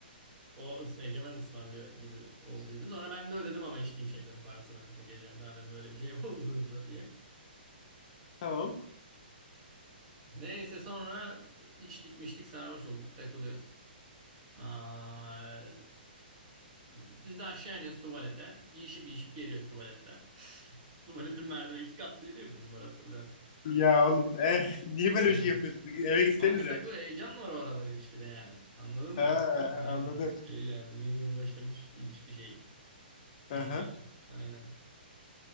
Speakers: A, on the right; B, on the left.
A: o ıs- egemen ısmarlıyor gibi olduydu. Sonra ben de ödedim ama içtiğim şeylerin parasını o gece. Madem böyle bir şey <laughs> olduysa diye.
B: Tamam.
A: Neyse sonra içtik miştik sarhoş olduk takılıyoruz. Aa, biz de aşağı iniyoruz tuvalete. Yiyişip yiyişip geliyoruz tuvalette. <laughs> Tuvaletin merdiveni iki katlıydı ya bizim var hatırlıyorsun.
B: Ya oğlum e <laughs> niye böyle
A: Aynen.
B: bir şey yapıyorsun? Eve gitsenize.
A: Kanka takı heyecan var o aralar ilişkide yani. Anladın
B: Ha
A: mı? Aynen.
B: anladım.
A: Şey yani yeni yeni başlamış ilişki şeyi. Heyecanı.
B: Aha.
A: Aynen.